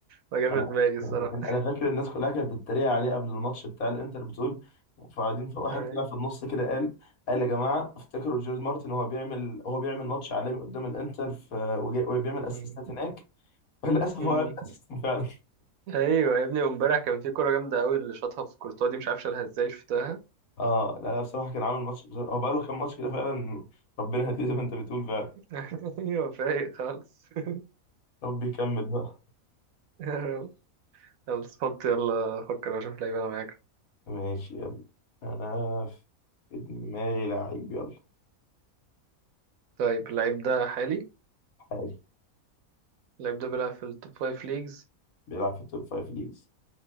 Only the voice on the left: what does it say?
انا
يعني انا فاكر الناس كلها كانت بتتريق عليه قبل الماتش بتاع الانتر بتقول فقاعدين فواحد
طلع في النص كده قال قال يا جماعه افتكروا جيرد مارتن وهو بيعمل هو بيعمل ماتش عالمي قدام الانتر في وجاي- وبيعمل اسيستات
هناك <laughs> وللاسف هو
عامل اسيستات فعلا
اه لا لا بصراحه كان عامل ماتش هو بقى له كام ماتش كده فعلا ربنا هديه زي ما انت بتقول فعلا
ربي يكمل بقى
ماشي يلا انا في دماغي لعيب يلا
حالي
بيلعب في التوب فايف ليجز